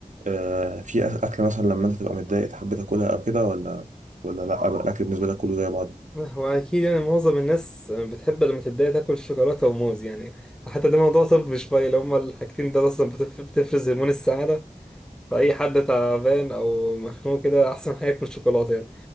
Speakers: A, on the right; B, in the centre.
A: آه، في اكل مثلا لما انت تبقى متضايق تحب تاكلها او كده ولا ولا لا بقى الاكل بالنسبه لك كله زي بعضه
B: هو أكيد يعني معظم الناس بتحب لما تبدأ تاكل شوكولاتة وموز يعني حتى ده موضوع طبي شوية لو هما الحاجتين دول أصلا بتف- بتفرز هرمون السعادة فأي حد تعبان أو مخنوق كده أحسن حاجة ياكل شوكولاتة يعني